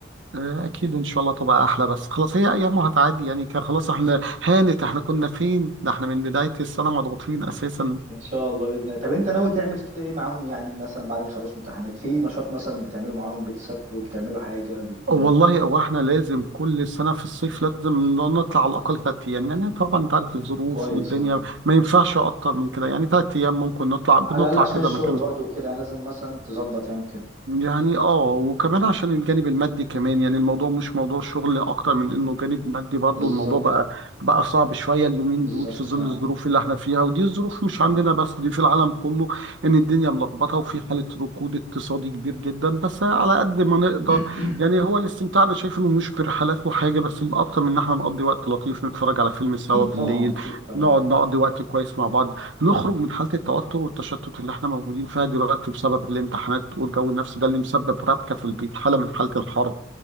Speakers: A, on the right; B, on the right.
A: آه، اكيد ان شاء الله تبقى احلى بس خلاص هي ايام وهتعدي يعني كان خلاص احنا هانت احنا كنا فين ده احنا من بداية السنة مضغوطين اساسا
B: ان شاء الله باذن الله طب انت ناوي تعمل كده ايه معاهم يعني مثلا بعد ما يخلصوا امتحانات في نشاط مثلا بتعمله معاهم بتسافروا بتعملوا حاجه بت...
A: والله هو احنا لازم كل سنة في الصيف لازم نطلع على الاقل ثلاث ايام يعني طبعا انت عارف الظروف
B: كويس
A: والدنيا
B: والله
A: ما ينفعش اكتر من كده يعني ثلاث ايام ممكن نطلع
B: على
A: بنطلع
B: الاقل عشان
A: كذا
B: الشغل
A: مكان
B: برضو كده يعني لازم مثلا تظبط يعني وكده
A: يعني اه وكمان عشان الجانب المادي كمان يعني الموضوع مش موضوع شغل اكتر من انه جانب مادي برضو
B: بالظبط
A: الموضوع بقى بقى صعب شوية اليومين
B: بالظبط
A: دول في
B: فعلا
A: ظل الظروف اللي احنا فيها ودي الظروف مش عندنا بس دي في العالم كله ان الدنيا ملخبطة وفي حالة ركود اقتصادي كبير جدا بس على
B: فعلا.
A: قد ما نقدر
B: <clears throat>
A: يعني هو الاستمتاع انا شايف انه مش برحلات وحاجة بس اكتر من ان احنا نقضي وقت لطيف نتفرج على فيلم سوا
B: اكيد
A: بالليل
B: طبعا اكيد طبعا
A: نقعد نقضي وقت كويس مع بعض نخرج من حالة التوتر والتشتت اللي احنا موجودين فيها دلوقتي بسبب الامتحانات والجو النفسي ده اللي مسبب ربكة في البيت حالة من حالة الحرب